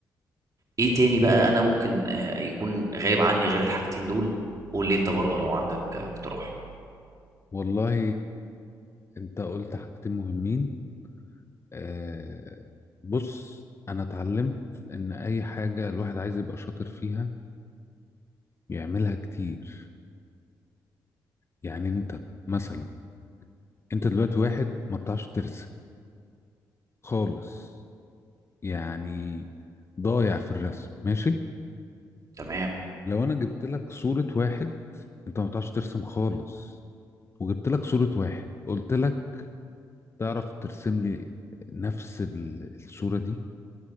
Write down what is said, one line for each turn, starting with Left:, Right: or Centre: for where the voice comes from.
Right: ايه تاني بقى انا ممكن آه، يكون غايب عني غير الحاجتين دول قول لي انت برضو لو عندك آه، اقتراح
Left: والله انت قلت حاجتين مهمين آه، بص انا اتعلمت ان اي حاجة الواحد عايز يبقى شاطر فيها بيعملها كتير يعني انت مثلا انت دلوقتي واحد ما بتعرفش ترسم خالص يعني ضايع في الرسم ماشي
Right: تمام
Left: لو انا جبت لك صورة واحد انت ما بتعرفش ترسم خالص وجبت لك صورة واحد قلت لك تعرف ترسم لي نفس ال- الصورة دي